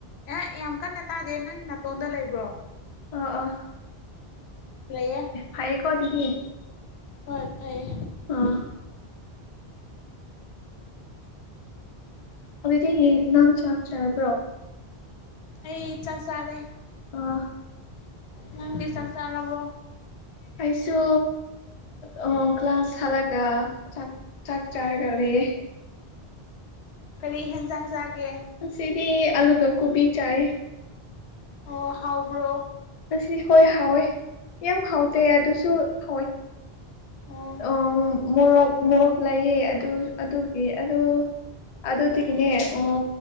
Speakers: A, on the left (about 80°); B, on the left (about 50°).
A: ꯑꯦ ꯌꯥꯝ ꯀꯟꯅ ꯇꯥꯗꯦ ꯅꯪ ꯅꯥꯇꯣꯟꯗ ꯂꯩꯕ꯭ꯔꯣ
B: ꯑ ꯑꯥ
A: ꯂꯩꯌꯦ
B: ꯍꯥꯏꯌꯦꯀꯣ ꯑꯗꯨꯤꯗꯤ
A: ꯍꯣꯏ ꯐꯩꯌꯦ
B: ꯑꯥ ꯑꯗꯨꯗꯤꯅꯦ ꯅꯝ ꯆꯥꯛ ꯆꯔꯕ꯭ꯔꯣ
A: ꯑꯩ ꯆꯥꯛ ꯆꯥꯔꯦ
B: ꯑ
A: ꯅꯪꯗꯤ ꯆꯥꯛ ꯆꯔꯕꯣ
B: ꯑꯩꯁꯨ ꯑꯣ ꯀ꯭ꯂꯥꯁ ꯍꯥꯂꯒ ꯆꯥꯛ ꯆꯥꯛ ꯆꯥꯔꯒ ꯂꯩ ꯌꯦ
A: ꯀꯔꯤ ꯍꯦꯟꯖꯥꯡ ꯆꯥꯒꯦ
B: ꯉꯁꯤꯗꯤ ꯑꯂꯨ ꯥꯀ ꯀꯨꯕꯤ ꯆꯥꯏꯑꯦ
A: ꯑꯣ ꯍꯥꯎꯕ꯭ꯔꯣ
B: ꯑꯁꯤ ꯍꯣꯏ ꯍꯥꯎꯋꯦ ꯌꯥꯝ ꯍꯥꯎ ꯇꯦ ꯑꯗꯨꯁꯨ ꯍꯥꯎꯑꯦ
A: ꯑꯣ
B: ꯎ ꯃꯣꯔꯣꯛ ꯃꯣꯔꯣꯛ ꯂꯩꯌꯦ ꯑꯗꯨ ꯑꯗꯨꯒꯤ ꯑꯗꯨ ꯑꯗꯨꯗꯤ ꯀꯤꯅꯦ ꯑꯣ